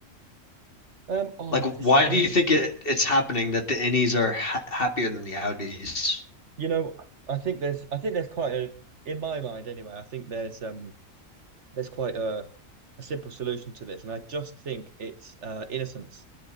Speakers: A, on the right; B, on the left.
A: um oh
B: Like,
A: this
B: why
A: I
B: do
A: mean
B: you
A: it's
B: think it it's happening that the innies are ha happier than the outies?
A: You know, I think there's I think there's quite a in my mind anyway, I think there's um there's quite a, a simple solution to this. And I just think it's uh innocence.